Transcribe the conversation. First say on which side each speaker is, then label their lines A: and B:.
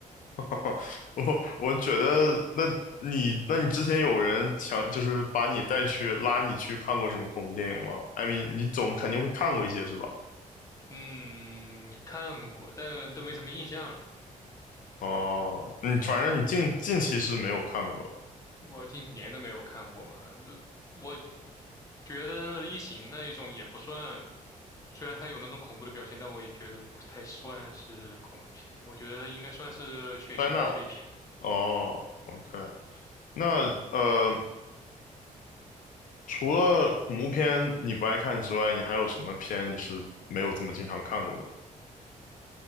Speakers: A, on the left; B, on the left.
A: <laughs> 我我觉得，那你那你之前有人强，就是把你带去拉你去看过什么恐怖电影吗艾米，你总肯定会看过一些是吧？
B: 嗯，看过，但都没什么印象了。
A: 哦，你反正你近近期是没有看过，
B: 我近几年都没有看过吧，那我觉得《异形》那一种也不算，虽然它有那种恐怖的表现，但我也觉得不太算是恐怖片。我觉得应该算是血腥暴力片，
A: 灾难，哦，OK，那呃，除了恐怖片你不爱看之外，你还有什么片你是没有这么经常看过的？